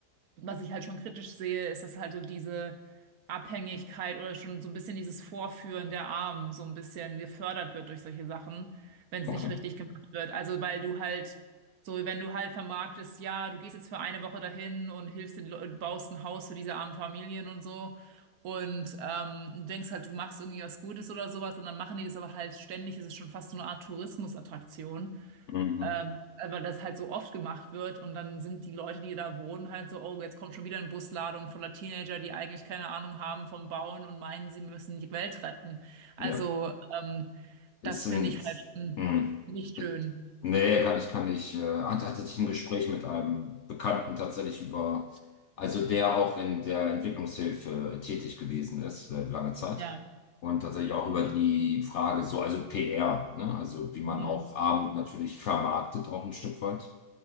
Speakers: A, on the right (about 70°); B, on the left (about 70°).
A: was ich halt schon kritisch sehe, ist, dass halt so diese Abhängigkeit oder schon so ein bisschen dieses Vorführen der Armen so ein bisschen gefördert wird durch solche Sachen, wenn es
B: okay.
A: nicht richtig gemacht wird. Also, weil du halt, so, wenn du halt vermarktest, ja, du gehst jetzt für eine Woche dahin und hilfst den, Leu- baust ein Haus für diese armen Familien und so und ähm, denkst halt, du machst irgendwie was Gutes oder sowas und dann machen die das aber halt ständig, das ist schon fast so eine Art Tourismusattraktion.
B: Mhm.
A: Ähm, weil das halt so oft gemacht wird und dann sind die Leute, die da wohnen, halt so, oh, jetzt kommt schon wieder eine Busladung voller Teenager, die eigentlich keine Ahnung haben vom Bauen und meinen, sie müssen die Welt retten. Also,
B: Ja.
A: ähm,
B: Es
A: das
B: sind.
A: finde ich halt schon
B: Hm.
A: nicht schön.
B: Nee, kann ich, kann ich, äh, hatte, hatte ich ein Gespräch mit einem Bekannten tatsächlich über, also der auch in der Entwicklungshilfe äh, tätig gewesen ist, äh, lange Zeit.
A: Ja.
B: Und tatsächlich auch
A: Mhm.
B: über die Frage so, also PR, ne? Also wie man
A: Mhm.
B: auch Armut natürlich vermarktet, auch ein Stück weit.